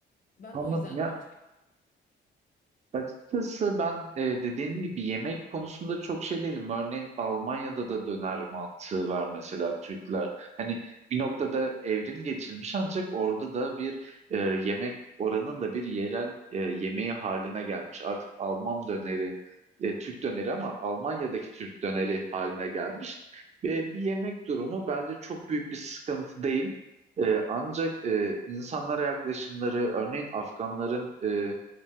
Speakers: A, on the left; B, on the right.
A: Ben
B: Anladım
A: o yüzden
B: ya.
A: karşıyım.
B: Açıkçası ben e, dediğin gibi yemek konusunda çok şey değilim. Örneğin Almanya'da da döner mantığı var mesela Türkler. Hani bir noktada evrim geçirmiş ancak orada da bir e, yemek oranın da bir yerel e, yemeği haline gelmiş. Artık Alman döneri, e, Türk döneri ama Almanya'daki Türk döneri haline gelmiş. Ve bir yemek durumu bence çok büyük bir sıkıntı değil. E, ancak e, insanlara yaklaşımları, örneğin Afganların... e,